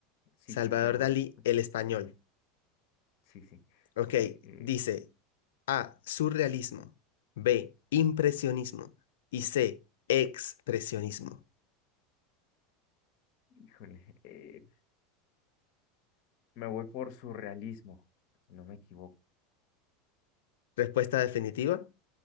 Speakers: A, on the left; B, on the left.
A: Sí,
B: Salvador
A: sí, Sarva-
B: Dalí, el español.
A: Ajá. Sí, sí.
B: Ok,
A: Ok. eh,
B: dice A. Surrealismo. B. Impresionismo. Y C. Expresionismo.
A: híjole. eh, Me voy por surrealismo. si No me equivoco.
B: Respuesta definitiva.